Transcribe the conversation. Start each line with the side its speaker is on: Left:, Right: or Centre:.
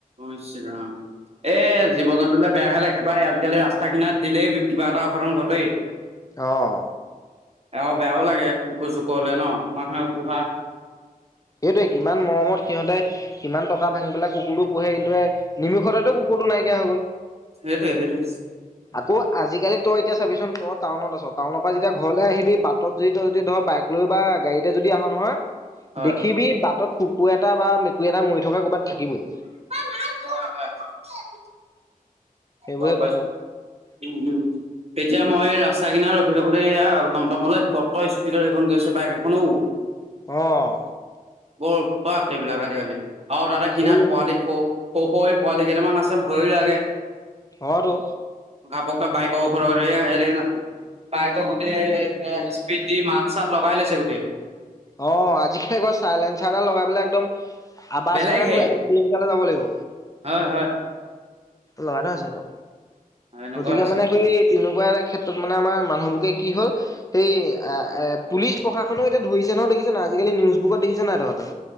Right: ইছ‌ ৰাম এ জীৱ জন্তুলৈ বেয়াহে লাগে পায়, আজিকালি ৰাস্তা কিনাত দিলেই কিবা এটা অঘটন ঘটেই।
Left: অহ।
Right: আৰু বেয়াও লাগে, কুকুৰ-চুকুৰলে ন মানুহে পোহা।
Left: সেইটোৱে, কিমান মৰমত সিহঁতে কিমান টকা ভাঙি পেলাই কুকুৰটো পোহে, কিন্তু নিমিখতেতো কুকুৰ কুকুৰটো নাইকিয়া হ'ল গ'ল।
Right: সেইটোৱে-সেইটোৱে।
Left: আকৌ আজিকালি তই এতিয়া চাবিচোন তই টাউনত আছ, টাউনৰ পৰা যেতিয়া ঘৰলৈ আহিবি, বাটত যদি তই যদি ধৰ বাইক লৈ বা গাড়ীতে যদি আহ নহয়,
Right: হয়
Left: দেখিবি বাটত। কুকুৰ এটা বা মেকুৰী এটা মৰি থকা ক'ৰবাত থাকিবই।
Right: নাই। <unintelligible>
Left: সেইবোৰে
Right: গম পাইছো,
Left: কথা
Right: উম-উম, তেতিয়া মই ৰাস্তা কিনাৰত আহি থাকোতে, এইয়া টমটমলে ক'ত স্পীডত এখন গৈছে, বাইক এখনো
Left: অহ।
Right: বৰ উৎপাত এইবিলাক আজিকালি, আৰু তাতে কিনাৰত
Left: সেই
Right: পোৱালি- সৰু-সৰু এই পোৱালি কেইটামান আছে, ভয়ো লাগে।
Left: অ, তো
Right: সাপকত বাইকৰ ঘৰৰ এইয়া এৰি ন, <inaudible> বাইকৰ গোটেই এ ইছপিত দি মাত-চাত লগাই লৈছে গোটেই।
Left: অ, আজিকালি আকৌ চাইলেঞ্চাৰ এটা লগাই পেলাই একদম। আবাছ
Right: বেলেগ
Left: মানে
Right: হেই
Left: তোৰ এক কিলোমিটাৰলে যাব লাগিব।
Right: হয় হয়
Left: লগাই থোৱা আছে তো
Right: এনেকুৱা
Left: গতিকে
Right: হৈছে
Left: মানে সেই তেনেকুৱা এটা ক্ষেত্ৰত মানে আমাৰ মানুহলোকে কি হ'ল? সেই এ-এ পুলিচ প্ৰশাসনেও এতিয়া ধৰিছে নহয়, দেখিছ নাই আজিকালি, নিউজ বোৰত দেখিছ নাই তহঁতে?